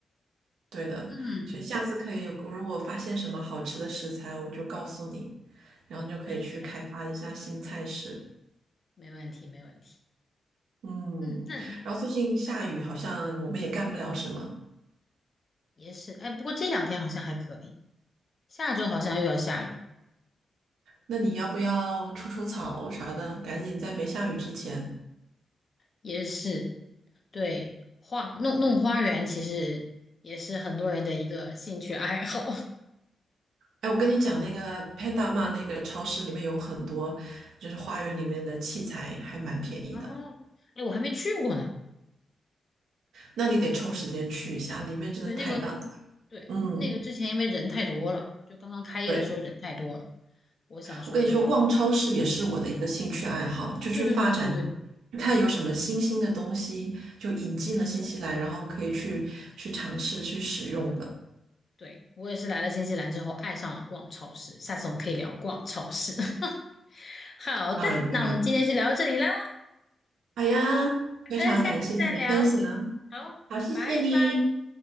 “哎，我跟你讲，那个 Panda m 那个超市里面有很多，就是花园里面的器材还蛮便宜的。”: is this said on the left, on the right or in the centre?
Right